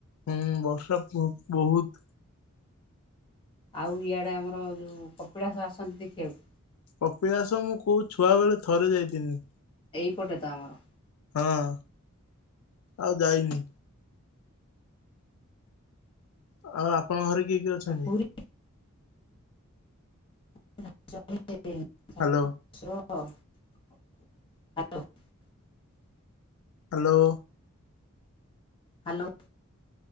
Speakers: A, on the left; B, on the left.
A: ହୁଁ ବର୍ଷା ବ-ବହୁତ।
B: ଆଉ ଇଆଡେ ଆମର ଯୋଉ କପିଳାସ ଆସନ୍ତି ଦେଖିବାକୁ।
A: କପିଳାସ ମୁଁ କୋଉ ଛୁଆ ବେଳେ ଥରେ ଯାଇଥିନି।
B: ଏଇପଟେ ତ ଆମର।
A: ହଁ ଆଉ ଯାଇନି। ଆଉ ଆପଣଙ୍କ ଘରେ କିଏ କିଏ ଅଛନ୍ତି?
B: ଆଉ ପୁରୀ <inaudible> ଶଶୁର।
A: ହ୍ୟାଲୋ
B: ହଁ ହାଲୋ।
A: ହାଲୋ।
B: ହାଲୋ।